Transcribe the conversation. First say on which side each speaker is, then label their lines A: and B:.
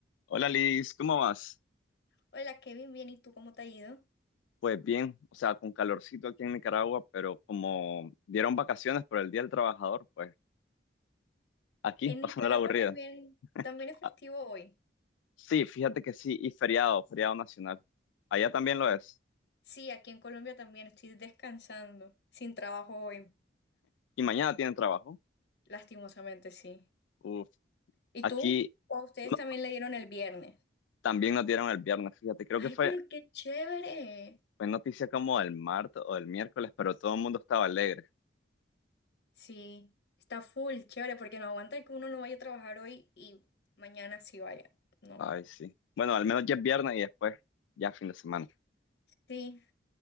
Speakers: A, on the left; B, on the left.
A: Hola Liz, ¿cómo vas?
B: Hola Kevin, bien, ¿y tú cómo te ha ido?
A: Pues bien, o sea, con calorcito aquí en Nicaragua, pero como dieron vacaciones por el Día del Trabajador, pues aquí,
B: En
A: <laughs> pasando
B: Nicaragua
A: la aburrida.
B: también, también es festivo
A: Ah,
B: hoy.
A: sí, fíjate que sí, y feriado, feriado nacional. Allá también lo es.
B: Sí, aquí en Colombia también estoy descansando, sin trabajo hoy,
A: Y mañana tienen trabajo.
B: lastimosamente sí.
A: Uf,
B: ¿Y
A: aquí
B: tú? ¿O a ustedes
A: no-
B: también le dieron el viernes?
A: también nos dieron el viernes, fíjate, creo
B: Ay,
A: que fue,
B: pero qué chévere.
A: fue noticia como el martes o el miércoles, pero todo el mundo estaba alegre.
B: Sí, está full, chévere, porque no aguanta que uno no vaya a trabajar hoy y mañana sí vaya. No.
A: Ay, sí. Bueno, al menos ya es viernes y después ya fin de semana.
B: Sí,